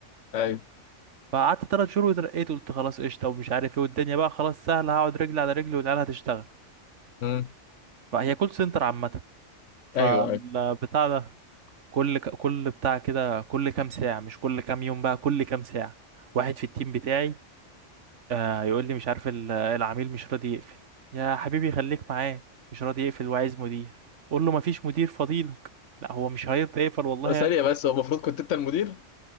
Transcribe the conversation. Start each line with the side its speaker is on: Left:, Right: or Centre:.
Left: ايوه
Right: فقعدت ثلاث شهور وترقيت قلت خلاص قشطه ومش عارف ايه والدنيا بقى خلاص سهله هقعد رجلي على رجلي والعيال هتشتغل
Left: امم
Right: فهي كول سنتر عامة فالبتاع
Left: ايوه ايوه
Right: ده كل ك... كل بتاع كده كل كام ساعة مش كل كام يوم بقى كل كام ساعة واحد في التيم بتاعي آه يقول لي مش عارف ال- العميل مش راضي يقفل يا حبيبي خليك معاه مش راضي يقفل وعايز مدير قول له مفيش مدير فضيلك لا هو مش هيرضى يقفل والله
Left: ثانية بس هو المفروض كنت انت المدير